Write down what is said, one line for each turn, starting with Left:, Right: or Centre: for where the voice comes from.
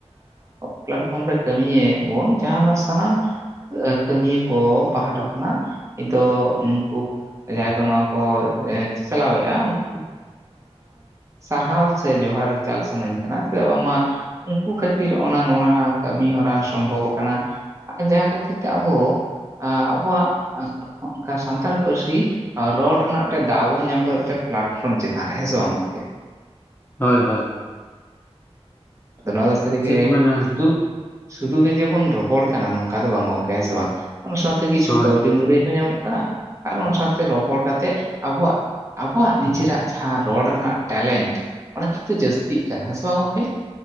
Right: ᱯᱞᱮᱟᱴᱯᱷᱚᱨᱚᱢ ᱨᱮ ᱠᱟᱹᱢᱤᱭᱮᱫ ᱵᱚᱱ ᱡᱟᱦᱟᱱᱟᱜ ᱥᱟᱱᱟᱢ ᱠᱟᱹᱢᱤᱭᱟᱼᱼᱼ ᱠᱚ ᱯᱟᱦᱴᱟ ᱠᱷᱚᱱᱟᱜ ᱤᱧᱫᱚ ᱱᱩᱝᱠᱩᱼᱼᱼ ᱡᱟᱦᱟᱸᱭ ᱠᱚ ᱱᱚᱣᱟ ᱠᱚ ᱪᱟᱞᱟᱣᱮᱫᱼᱟ ᱩᱱᱠᱩᱼᱼᱼ ᱥᱟᱨᱦᱟᱣ ᱥᱮ ᱡᱚᱦᱟᱨ ᱪᱟᱞ ᱥᱟᱱᱟᱧ ᱠᱟᱱᱟ ᱪᱮᱫᱟᱜ ᱵᱟᱝᱢᱟᱼᱼᱼ ᱩᱱᱠᱩ ᱠᱷᱟᱹᱛᱤᱨ ᱚᱱᱟ ᱱᱚᱣᱟ ᱠᱟᱹᱢᱤᱦᱚᱨᱟ ᱥᱚᱢᱵᱷᱚᱵ ᱟᱠᱟᱱᱟ ᱟᱨ ᱡᱟᱦᱟᱸ ᱠᱷᱟᱹᱛᱤᱨ ᱛᱮ ᱟᱵᱚᱼᱼᱼ ᱟᱵᱚᱣᱟᱜ ᱚᱱᱠᱟ ᱥᱟᱱᱛᱟᱲ ᱯᱟᱹᱨᱥᱤᱼᱼᱼ ᱟᱨ ᱨᱚᱲ ᱨᱮᱱᱟᱜ ᱢᱤᱫᱴᱟ. ᱝ ᱫᱟᱣ ᱵᱚᱱ ᱧᱟᱢ ᱠᱟᱫᱟ ᱢᱤᱫᱴᱟ. ᱝ ᱯᱞᱮᱴᱯᱷᱨᱚᱢ ᱪᱮᱛᱟᱱ ᱨᱮ ᱦᱮᱸ ᱥᱮ ᱵᱟᱝ ᱜᱚᱝᱠᱮ?
Left: ᱦᱳᱭ ᱦᱳᱭ
Right: ᱟᱫᱚ ᱱᱚᱣᱟ ᱫᱚ ᱥᱟᱹᱨᱤ
Left: ᱪᱮᱫ
Right: ᱜᱮ
Left: ᱠᱚ ᱢᱮᱱᱟ
Right: ᱥᱩᱫᱩᱜᱼᱼᱼ ᱥᱩᱫᱩ ᱜᱮ ᱡᱮᱢᱚᱱ ᱨᱚᱯᱚᱲ ᱠᱟᱱᱟ ᱱᱚᱝᱠᱟ ᱫᱚ ᱵᱟᱝ ᱜᱚᱝᱠᱮ ᱦᱮᱸ ᱥᱮ ᱵᱟᱝ ᱚᱱᱟ ᱥᱟᱶᱛᱮ ᱠᱤᱪᱷᱩᱠ
Left: ᱦᱳᱭ
Right: ᱠᱟᱹᱣᱰᱤ ᱢᱩᱼᱼᱼ ᱞᱟᱹᱭ ᱦᱚᱸ ᱧᱟᱢᱚᱜ ᱠᱟᱱᱟ ᱟᱨ ᱚᱱᱟ ᱥᱟᱶᱛᱮ ᱨᱚᱯᱚᱲ ᱠᱟᱛᱮ ᱟᱵᱚᱣᱟᱜᱼᱼᱼ ᱟᱵᱚᱣᱟᱜ ᱱᱤᱡᱮᱨᱟᱜ ᱡᱟᱦᱟᱸ ᱨᱚᱲ ᱨᱮᱱᱟᱜ ᱴᱮᱞᱮᱱᱴᱼᱼᱼ ᱚᱱᱟ ᱠᱤᱱᱛᱩ ᱡᱟᱹᱥᱛᱤᱜ ᱠᱟᱱᱟ ᱦᱮᱸ ᱥᱮ ᱵᱟᱝ ᱜᱚᱝᱠᱮ?